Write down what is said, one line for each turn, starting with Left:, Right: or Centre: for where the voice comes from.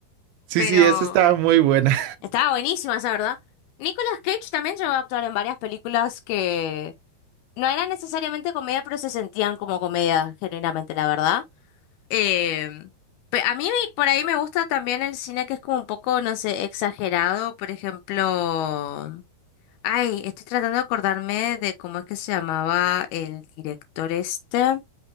Right: Sí,
Left: pero...
Right: sí, esa estaba muy buena.
Left: Estaba buenísima esa, ¿verdad? Nicolas Cage también llegó a actuar en varias películas que no eran necesariamente comedia, pero se sentían como comedia, genuinamente, la verdad. Eh, pe- a mí me- por ahí me gusta también el cine que es como un poco, no sé, exagerado. Por ejemplo, ay, estoy tratando de acordarme de cómo es que se llamaba el director este,